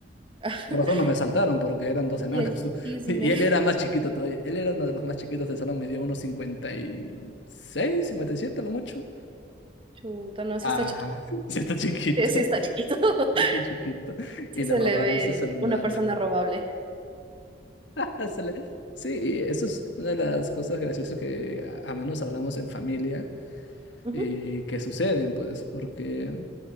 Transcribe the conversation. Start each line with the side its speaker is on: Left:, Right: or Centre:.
Right: <laughs>
Left: por razón no me saltaron porque eran dos enanos.
Right: Y el chisme.
Left: <laughs> Y él era
Right: <laughs>
Left: más chiquito todavía. Él era uno de los más chiquitos del salón, medía unos 56 57 a lo mucho.
Right: Chuta, no, sí
Left: Ajá,
Right: está chiquito.
Left: <laughs> sí está chiquito,
Right: Sí, sí está chiquito. <laughs>
Left: sí está chiquito.
Right: Sí
Left: Y
Right: se
Left: le robaron
Right: le ve
Left: su celular.
Right: una persona robable.
Left: <laughs> Se le- Sí, y eso es una de las cosas graciosas que a a menos hablamos en familia
Right: Ujú,
Left: y que suceden, pues, porque